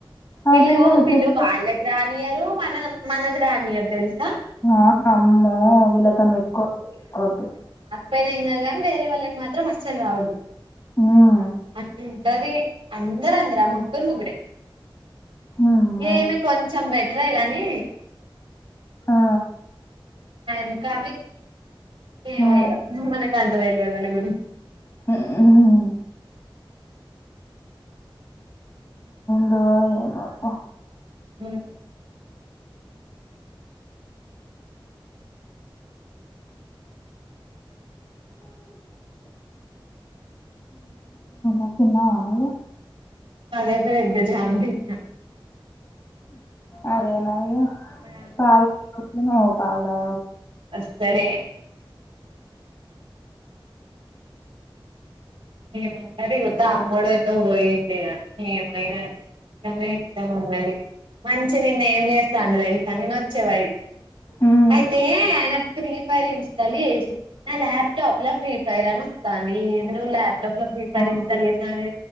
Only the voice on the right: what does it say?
వీళ్ళు
వీళ్ళు
వాళ్ళకి రానియరు మన మనకి రానియారు తెలుసా
పైన ఏం కాగానీ వేరే వాళ్ళకి మాత్రం అస్సలు రావద్దు
అట్లా ది అందరు అందరే ముగ్గురు ముగ్గురే
ఏమి కొంచెం పెట్ సరే కానీ
ఇంకా ఏమో
ఇక మనకు అంత తెలవదు వల్ల గురి
హమ్
అదే ప ఎంట జాన్న్నా
ఆ
అస్సలే ఏమ యుత అమ్మడుతో పోయిందిమై ఇష్టమే ఇష్టం ఉన్నది మంచిగా నిేన్న ఏం చేస్తాను తెలుసా నేను వచ్చేవారికి
అయితే ఆయన ఫ్రీ ఫైర్ ఇంచాలి చేసి నా ల్యాప్టాప్ లో ఫ్రీ ఫైర్ అని వస్తాను నువ్వు ల్యాప్టాప్ లో ఫ్రీ ఫైర్
ఇన్స్టాల్ చేసాని